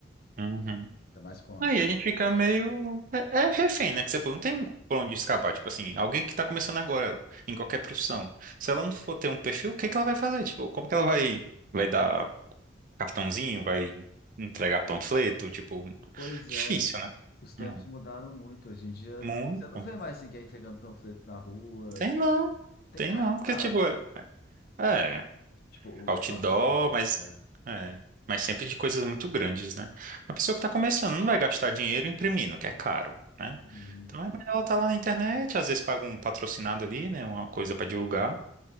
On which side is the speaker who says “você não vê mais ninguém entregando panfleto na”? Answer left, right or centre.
Left